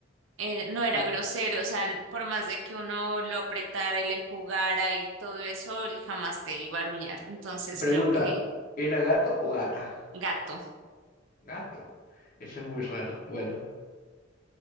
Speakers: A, on the right; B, on the left.
A: eh, no era
B: Ah,
A: grosero, o sea, por más de que uno lo apretara y le jugara y todo eso, él jamás te iba a aruñar. Entonces
B: pregunta,
A: creo que
B: ¿era gato o gata?
A: gato.
B: Gato. Eso es muy raro. Bueno,